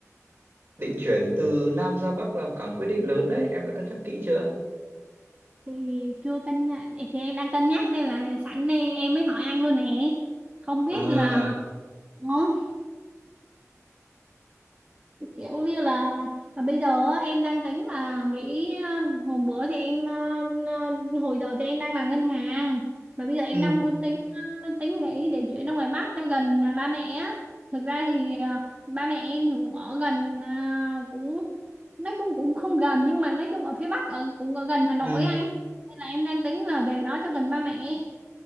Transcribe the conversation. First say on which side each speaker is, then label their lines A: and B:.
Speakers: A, on the right; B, on the right.
A: định chuyển từ Nam ra Bắc là cả một quyết định lớn đấy, em đã cân nhắc kỹ chưa?
B: thì chưa cân nhắc- thì em đang cân nhắc nên là sẵn đây em mới hỏi anh luôn nè. Không biết
A: À,
B: là Ủa? kiểu như là, là bây giờ á, em đang tính là nghĩ à, hôm bữa thì em à, à, hồi giờ thì em đang làm ngân hàng mà bây giờ em
A: ừ,
B: đang muốn tính à, tính nghĩ để chuyển ra ngoài Bắc cho gần à, ba mẹ á. thực ra thì à, ba mẹ em thì cũng ở gần à, cũng nói chung cũng không gần nhưng mà nói chung ở phía Bắc ở cũng ở gần Hà Nội
A: ừ,
B: anh nên là em đang tính là về đó cho gần ba mẹ